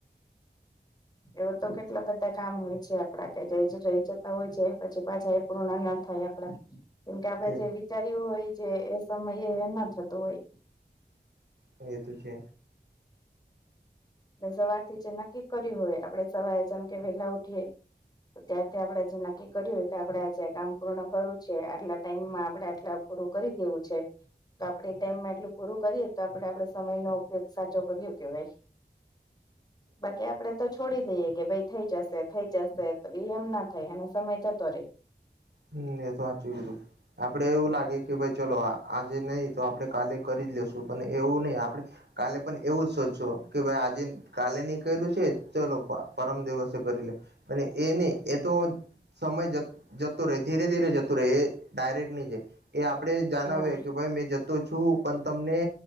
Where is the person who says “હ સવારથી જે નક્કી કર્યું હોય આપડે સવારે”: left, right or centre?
Left